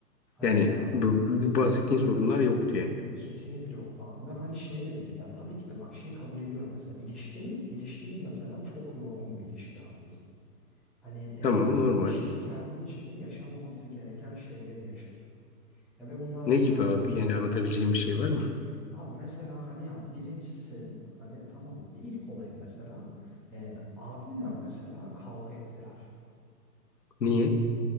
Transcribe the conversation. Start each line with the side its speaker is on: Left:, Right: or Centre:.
Centre: Hani
Left: Yani
Centre: ya
Left: bu, bu bahsettiğin sorunlar yoktu yani.
Centre: Kesinlikle yoktu abi ve hani şey de değil ya tabii ki de bak şey kabul ediyorum mesela ilişkinin ilişkimiz mesela çok yorgun bir ilişki abi bizim. Hani e,
Left: Tamam normal.
Centre: ilişki kendi içinde yaşamaması gereken şeyleri yaşadı. Ya ve bunlar
Left: Ne
Centre: bir
Left: gibi
Centre: tane
Left: abi?
Centre: değil
Left: Yani
Centre: iki
Left: anlatabileceğim
Centre: tane değil
Left: bir
Centre: üç
Left: şey
Centre: tane.
Left: var mı?
Centre: Abi mesela hani ya birincisi hani tamam ilk olayım mesela e, abimle mesela kavga ettiler.
Left: Niye?